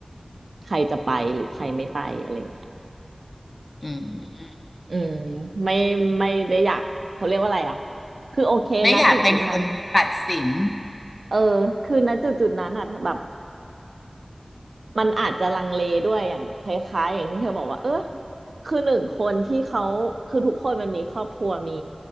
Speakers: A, on the right; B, on the left.
A: ใครจะไปหรือใครไม่ไปอะไรอย่างเงี้ย
B: อืม
A: อืมไม่ไม่ได้อยากเขาเรียกว่าอะไรอ่ะคือโอเคนะจุดจุดนั้น
B: ไม่อยากเป็นคนตัดสิน
A: เออคือณจุดจุดนั้นอ่ะแบบ มันอาจจะลังเลด้วยอย่างคล้ายๆอย่างที่เธอบอกว่าเออคือหนึ่งคนที่เขาคือทุกคนมันมีครอบครัวมี